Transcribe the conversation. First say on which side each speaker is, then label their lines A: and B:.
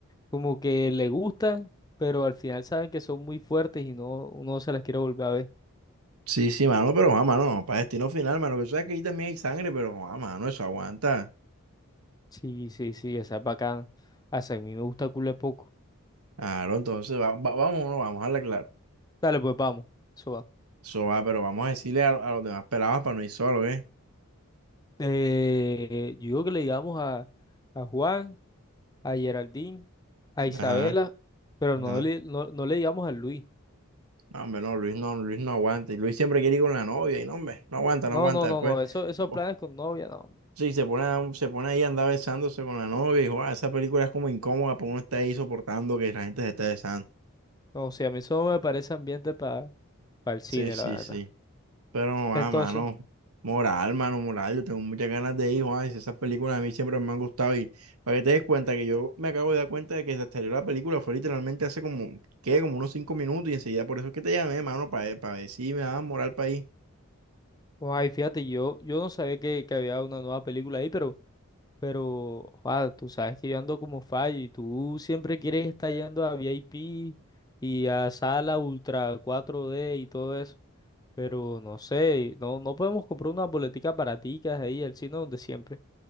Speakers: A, on the left (about 15°); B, on the right (about 85°).
A: como que le gustan, pero al final saben que son muy fuertes y no, uno se las quiere volver a ver.
B: Sí, sí, mano, pero ah, mano, para destino final, mano, que tú sabes que ahí también hay sangre, pero ah, mano, eso aguanta.
A: Sí, sí, sí, esa es bacana. Hasta a mí me gusta culé poco.
B: Claro, entonces va- va- vamos o no, vamos a hablar claro.
A: Dale, pues vamos. Eso va.
B: Eso va, pero vamos a decirle a, a los demás pelados para no ir solo, ¿qué?
A: Eh, yo digo que le digamos a, a Juan, a Geraldine, a Isabela,
B: Ajá.
A: pero
B: Ajá.
A: no le, no, no le digamos a Luis.
B: No, hombre, no, Luis no, Luis no aguanta. Y Luis siempre quiere ir con la novia, y no, hombre, no aguanta,
A: No,
B: no aguanta.
A: no,
B: Después,
A: no, no. Eso, esos
B: pues,
A: planes con novia, no. No,
B: sí, se pone, a- se pone ahí a andar besándose con la novia, y dijo, ah, esa película es como incómoda, porque uno está ahí soportando que la gente se esté besando.
A: No, o sea, a mí eso no me parece ambiente para el cine,
B: Sí, sí,
A: la verdad.
B: sí. Pero no va,
A: Entonces,
B: mano. Moral, mano, moral. Yo tengo muchas ganas de ir, Juan. y Esas películas a mí siempre me han gustado. Y para que te des cuenta que yo me acabo de dar cuenta de que se salió la película, fue literalmente hace como, ¿qué? Como unos cinco minutos, y enseguida por eso es que te llamé, mano, para, para ver si me daban moral para ir.
A: pues ahí fíjate, yo, yo no sabía que, que había una nueva película ahí, pero, pero, Juan, tú sabes que yo ando como fallo y tú siempre quieres estar yendo a VIP y a sala ultra 4D y todo eso. Pero no sé, no, no podemos comprar unas boleticas baraticas ahí al cine donde siempre.